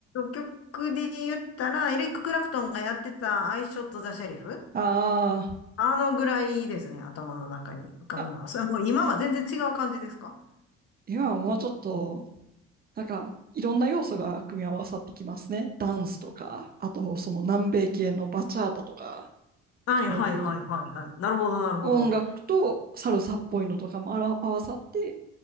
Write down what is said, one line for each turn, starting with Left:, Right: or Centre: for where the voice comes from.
Left: 曲で言ったらエリック・クラプトンがやってたアイショット・ザ・シェリフ、
Right: あ
Left: あのぐらいですね、頭の中に浮かぶのは。
Right: ーあ、
Left: それはもう今は全然違う感じですか
Right: 今はもうちょっとなんか、いろんな要素が組み合わさってきますね。ダンスとか、あとその南米系のバチャータとか、
Left: はいはいはいはいはい。
Right: そういう
Left: なるほどなるほど。
Right: 音楽とサルサっぽいのとかもあら合わさって、